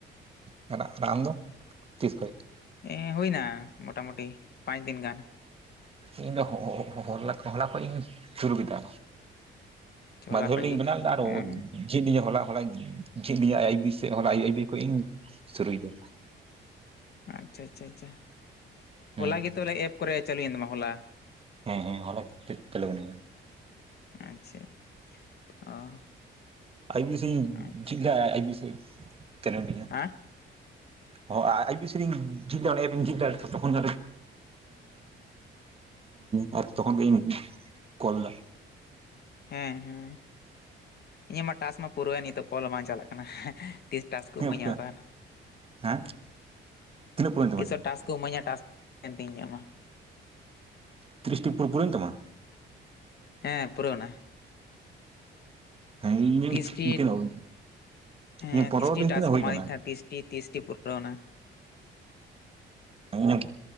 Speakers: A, on the right; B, on the left.
A: ᱦᱮᱸ ᱟᱨ ᱟᱢ ᱫᱚ ᱛᱤᱥ ᱠᱷᱚᱡ?
B: ᱮᱸ ᱦᱩᱭ ᱱᱟ ᱢᱚᱴᱟ ᱢᱩᱴᱤ ᱯᱟᱸᱪ ᱫᱤᱱ ᱜᱟᱱ᱾
A: ᱤᱧ ᱫᱚ ᱦᱚ ᱦᱚᱞᱟ ᱠᱷᱚᱱ ᱤᱧ ᱥᱩᱨᱩ ᱠᱮᱫᱟ᱾
B: ᱥᱮ ᱦᱚᱞᱟ
A: ᱢᱟᱫᱷᱩᱨ
B: ᱠᱷᱚᱡ
A: ᱞᱤᱧ
B: ᱜᱮ
A: ᱵᱮᱱᱟᱣ ᱮᱫᱟ ᱟᱨᱦᱚ
B: ᱦᱮᱸ
A: ᱡᱷᱤᱡ ᱞᱤᱧᱟ ᱦᱚᱞᱟ ᱦᱚᱞᱟᱧ ᱡᱷᱤᱡ ᱞᱤᱧᱟᱹ ᱟᱭ ᱰᱤ ᱥᱮ ᱦᱚᱞᱟ ᱟᱭ ᱟᱭ ᱰᱤ ᱠᱷᱚᱱ ᱤᱧ ᱥᱩᱨᱩᱭᱮᱫᱟ
B: ᱟᱪᱪᱷᱟ ᱟᱪᱪᱷᱟ ᱟᱪᱪᱷᱟ
A: ᱦᱮᱸ
B: ᱦᱚᱞᱟ ᱜᱮᱛᱚ ᱵᱚᱞᱮ ᱮᱯ ᱠᱚᱨᱮ ᱪᱟᱹᱞᱩᱭᱮᱱ ᱛᱟᱢᱟ ᱦᱚᱞᱟ
A: ᱦᱮᱸ ᱦᱮᱸ <unintelligible>
B: ᱟᱪᱪᱷᱟ ᱚ
A: ᱟᱭ ᱵᱤᱮᱥᱤᱧ
B: ᱟᱪᱪᱷᱟ
A: ᱡᱷᱤᱡ ᱞᱮᱜᱼᱟ, ᱟᱭᱵᱤ ᱥᱤ ᱛᱮᱞᱮᱱ ᱛᱤᱧᱟ᱾
B: ᱦᱮᱸ
A: ᱦᱚᱼᱦᱚ ᱟᱼᱟ ᱟᱭ ᱵᱤ ᱥᱤᱧ ᱡᱷᱤᱡ ᱫᱟ ᱚᱸᱰᱮ ᱮᱯ ᱤᱧ ᱡᱷᱤᱡ ᱫᱟ ᱛᱚᱠᱷᱚᱱ <unintelligible> <unintelligible> ᱟᱨ ᱛᱚᱠᱷᱚᱱ ᱜᱮᱧ ᱠᱚᱞᱫᱟ᱾
B: ᱦᱮᱸ ᱦᱮᱸ ᱤᱧᱟᱹᱜ ᱢᱟ ᱴᱟᱥ ᱢᱟ ᱯᱩᱨᱟᱹᱣᱮᱱ ᱱᱤᱛᱚᱜ ᱠᱚᱞ ᱦᱚᱸ ᱵᱟᱝ ᱪᱟᱞᱟᱜ ᱠᱟᱱᱟ᱾ ᱛᱤᱥ ᱴᱟᱥ ᱠᱚ
A: ᱛᱤᱱᱟᱹᱜ
B: ᱤᱢᱟᱹᱧᱟ
A: ᱚᱠᱛᱚ
B: ᱟᱵᱟᱨ
A: ᱦᱮᱸ ᱛᱤᱱᱟᱹᱜ ᱯᱩᱨᱟᱹᱣᱮᱱ ᱛᱟᱢᱟ
B: ᱛᱤᱥᱚᱜ ᱴᱟᱥ ᱠᱚ ᱤᱢᱟᱹᱧᱟ ᱴᱟᱥᱱ ᱛᱤᱧ ᱤᱧᱟᱜ ᱢᱟ᱾
A: ᱛᱨᱤᱥᱴᱤ ᱯᱩ-ᱯᱩᱨᱟᱹᱣᱮᱱ ᱛᱟᱢᱟ?
B: ᱦᱮᱸ ᱯᱩᱨᱟᱹᱣᱱᱟ᱾
A: ᱦᱮᱸ ᱤᱧᱟᱹᱜ
B: ᱛᱤᱥᱴᱤ
A: ᱛᱤᱱᱟᱹᱜ
B: ᱦᱮᱸ
A: ᱤᱧᱟᱹᱜ ᱯᱚᱱᱨᱚᱴᱤ
B: ᱛᱤᱥᱴᱤ ᱴᱟᱥ
A: ᱛᱤᱱᱟᱹᱜ
B: ᱠᱚ
A: ᱦᱩᱭ
B: ᱮᱢᱟᱣᱫᱤᱧ
A: ᱟᱠᱟᱱᱟ
B: ᱛᱟᱦᱮᱸᱱᱟ ᱛᱤᱥᱴᱤ ᱛᱤᱥᱴᱤ ᱯᱩᱨᱟᱹᱣᱱᱟ᱾
A: ᱤᱧᱟᱹᱜ